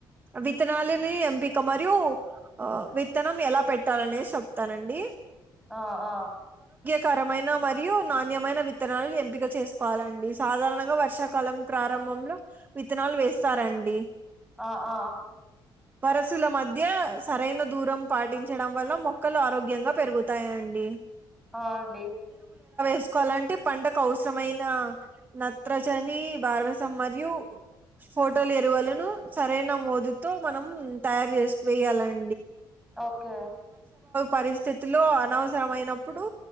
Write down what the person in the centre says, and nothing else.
ఆ ఆ
ఆ ఆ
అ అండి
ఓకే